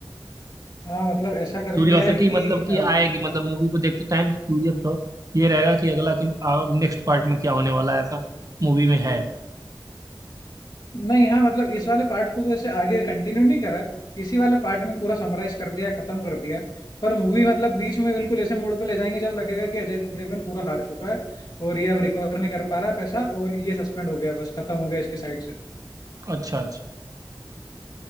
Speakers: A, on the left; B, on the right.
A: हाँ मतलब ऐसा कर
B: क्यूरियोसिटी
A: दिया है कि
B: मतलब कि
A: अ,
B: आएगी मतलब मूवी को देखते टाइम क्यूरियस हो ये रहेगा कि अगला किन नेक्स्ट पार्ट में क्या होने वाला है ऐसा मूवी में है
A: नहीं हाँ मतलब इस वाले पार्ट को तो ऐसे आगे कंटिन्यू नहीं करा इसी वाले पार्ट में पूरा समराइज कर दिया खत्म कर दिया पर मूवी मतलब बीच में बिल्कुल ऐसे मोड़ पे ले जाएंगे जब लगेगा कि अजय देवगन पूरा हार चुका है और ये अब रिकवर नहीं कर पा रहा पैसा और ये सस्पेंड हो गया बस खत्म हो गया इसके साइड से
B: अच्छा अच्छा